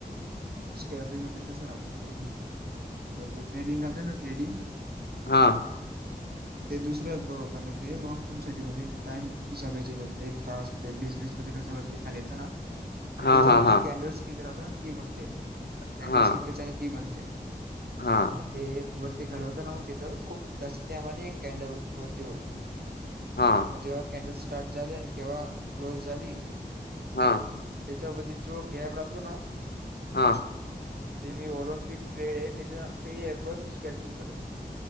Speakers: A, on the right (about 70°); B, on the left (about 80°).
A: स्कॅपिंग मध्ये कसं राहतं ते जे ट्रेडिंग राहतय ना ट्रेडिंग,
B: हा
A: ते दुसऱ्याच बर होत, आणि ते लँग टर्म <unintelligible> एक तास ते बिझनेस. वरती खाली येतना
B: हां,
A: त्याच्याने
B: हां, हां,
A: ते कॅनडल्स स्टीक राहत ना ती म्हणते. पॅनडल
B: हां,
A: <unintelligible> ती बनते.
B: हां,
A: ते एक वरती घालवता नव्ह तीत तर खूप जास्त टायमाने एक कॅन्डल वरती येते.
B: हां
A: जेव्हा कॅन्डल स्टार्ट झाले, आणि केव्हा क्लोज झाली.
B: हा
A: त्याच्यावर जो घॅप राहतो ना,
B: हां.
A: ते मी ऑलिम्पिक ट्रेड आहे, त्याच्या ते ऍप वर मी स्कॅल्पिंग करतो.